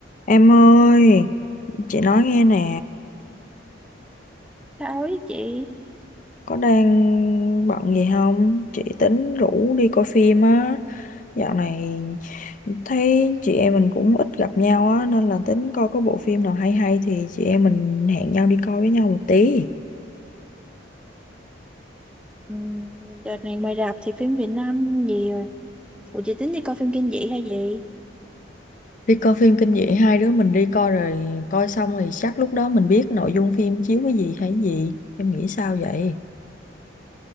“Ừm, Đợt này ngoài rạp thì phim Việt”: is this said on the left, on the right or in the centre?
Centre